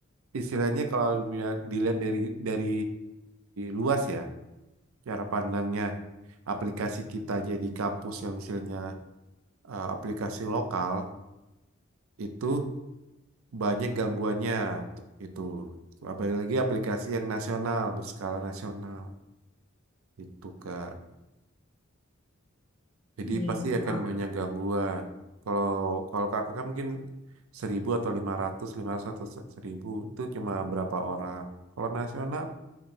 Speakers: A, on the right (about 80°); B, on the left (about 15°).
A: istilahnya kalau dilihat dilihat dari dari luas ya cara pandangnya aplikasi kita jadi kampus yang istilahnya eh, aplikasi lokal itu banyak gangguannya t- itu apalagi aplikasi yang nasional berskala nasional itu kak jadi
B: iya
A: pasti
B: sih
A: akan
B: Pak.
A: banyak gangguan kalau kalau kakak kan mungkin 1000 atau lima ratus lima ratus atau se- 1000 itu cuma berapa orang kalau nasional